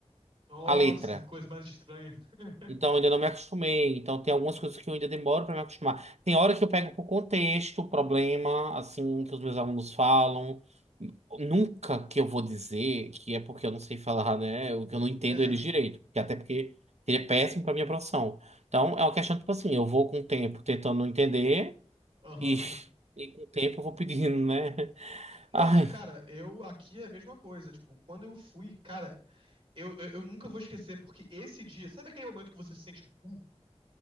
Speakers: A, on the right (about 50°); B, on the right (about 75°).
A: Nossa,
B: a letra.
A: que coisa mais estranha. <laughs>
B: Então, ainda não me acostumei. Então, tem algumas coisas que eu ainda demoro para me acostumar. Tem hora que eu pego por contexto, o problema, assim, que os meus alunos falam. Nunca que eu vou dizer que é porque eu não sei falar, né? O que eu não entendo
A: É.
B: eles direito. Que até porque seria péssimo para minha profissão. Então, é uma questão, tipo assim, eu vou com o tempo tentando entender
A: Aham.
B: e, <laughs> e com o tempo eu vou pedindo, né? <laughs>
A: Não,
B: Ai.
A: é, cara, eu aqui é a mesma coisa. Tipo, quando eu fui, cara, eu, eu, eu nunca vou esquecer, porque esse dia, sabe aquele momento que você se sente burro?